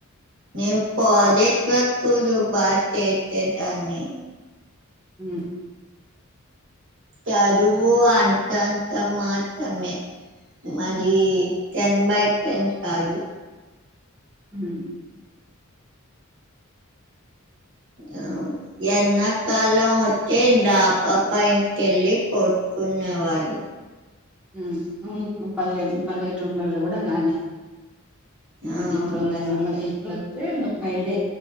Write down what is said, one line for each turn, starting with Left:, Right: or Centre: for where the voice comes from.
Right: నేప్పు అదే వ జ పూడూ ఎచేదన్ని
Centre: ఉ
Right: చరువు అంతంత మాత్రమే మది
Centre: హ్మ్.
Right: టెన్ బై టెన్ కాదు
Centre: ఉ
Right: అ ఎన్నకాలం వచ్చే దాప పైనికి ఎళ్ళి పట్టుకునేవాళ్ళం
Centre: ఉమ్ ఉమ్ పల్లె పల్లెటూర్లలో కూడా అలానే
Right: ఆ,
Centre: ఇప్పుడుంగ సబ వస్తే పైడే